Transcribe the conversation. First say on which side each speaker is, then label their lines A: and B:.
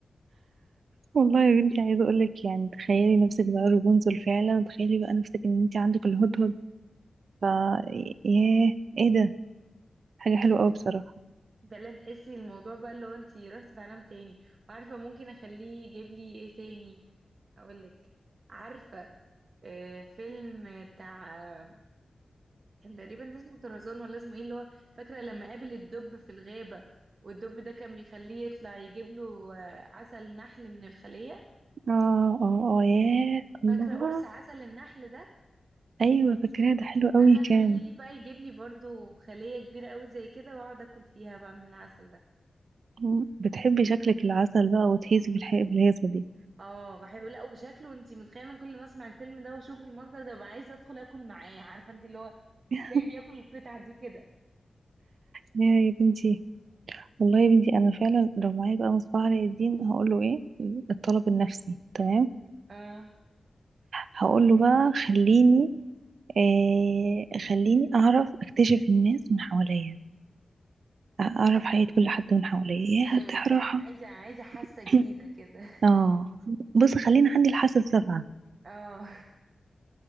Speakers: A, on the right (about 85°); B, on the right (about 55°).
A: والله يا بنتي عايزة اقولك يعني تخيلي نفسك بقى رابنزل فعلا وتخيلي بقى نفسك ان انت عندك الهدهد ف ياه ايه ده حاجة
B: <laughs>
A: حلوة قوي بصراحة
B: فعلا تحسي الموضوع بقى اللي هو انتي روحتي في عالم تاني وعارفة ممكن اخليه يجيب لي ايه تاني هقولك عارفة آه فيلم بتاع آه، كان تقريبا اسمه طرزان ولا اسمه ايه اللي هو فاكرة لما قابل الدب في الغابة والدب ده كان بيخليه يطلع يجيب له آه، عسل نحل من الخلية
A: اه اه اه ياه الله
B: فاكرة قرص عسل النحل ده
A: ايوه فاكراه ده حلو قوي
B: انا
A: كان
B: اخليه بقى يجيب لي برضو خلية كبيرة قوي زي كده واقعد اكل فيها بقى من العسل ده
A: مم. بتحبي شكلك العسل بقى وتهيسي في الحقيقة في الهيصة دي
B: اه بحب لا وشكله انت متخيله انا كل ما اسمع الفيلم ده واشوف المنظر ده ببقى عايزه ادخل اكل معاه عارفه انت اللي هو
A: <laughs>
B: ازاي بياكل القطعه دي كده
A: يا يا بنتي والله يا بنتي انا فعلا لو معايا بقى مصباح علاء الدين هقول له ايه الطلب النفسي تمام
B: اه
A: هقول له بقى خليني آه خليني اعرف اكتشف الناس من حواليا اعرف حياة كل حد من حواليا يا
B: ايوه
A: هرتاح
B: انت
A: راحة
B: عايزه عايزه حاسه
A: <laughs>
B: جديده
A: <clears throat>
B: كده
A: اه بصي خلينا عندي الحاسة السابعة
B: اه